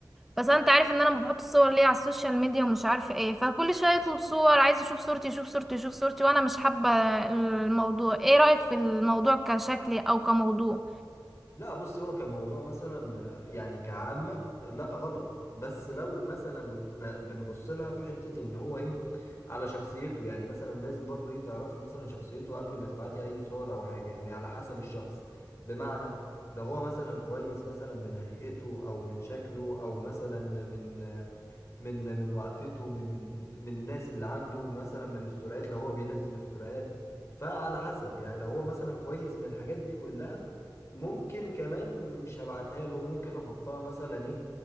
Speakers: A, in the centre; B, on the left (about 35°).
A: بس انت عارف ان انا ما بحط الصور ليه على السوشيال ميديا ومش عارف ايه فكل شوية يطلب صور عايز يشوف صورتي يشوف صورتي يشوف صورتي وانا مش حابة الموضوع ايه رأيك في الموضوع كشكل او كموضوع
B: لا بص هو كموضوع مثلا آه، يعني كعامة آه، لا غلط بس لو مثلا آه، بنبص لها في حتة ان هو ايه على شخصيته يعني مثلا لازم برضو ايه تعرفي مثلا شخصيته قبل ما تبعتي اي صور او حاجة يعني على حسب الشخص بمعنى لو هو مثلا كويس مثلا من هيئته او من شكله او مثلا من آه، من من وقفته من من الناس اللي عنده مثلا من الاستوريات لو هو بينزل استوريات فعلى حسب يعني لو هو مثلا كويس من الحاجات دي كلها ممكن كمان مش هبعتها له ممكن احطها مثلا ايه